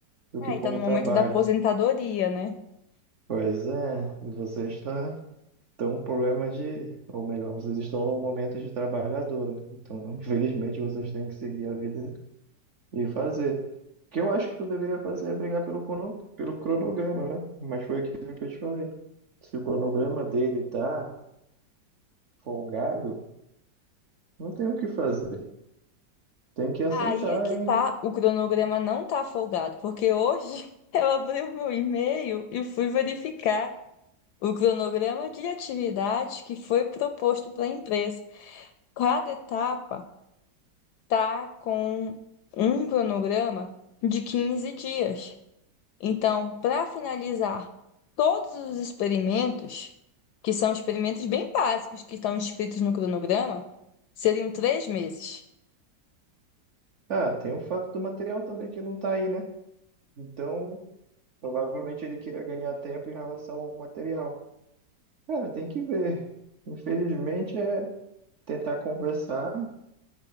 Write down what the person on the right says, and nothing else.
do
que como
trabalho.
Pois é, você está estão um problema de, ou melhor, vocês estão num momento de trabalhadora. Então, infelizmente, vocês têm que seguir a vida e fazer. O que eu acho que tu deveria fazer é brigar pelo, crono, pelo cronograma, né? Mas foi aquilo que eu te falei. Se o cronograma dele tá folgado, não tem o que fazer. Tem que aceitar,
hein?
Ah, tem o fato do material também que não tá aí, né? Então, provavelmente ele queria ganhar tempo em relação ao material. Cara, tem que ver. Infelizmente, é tentar conversar. O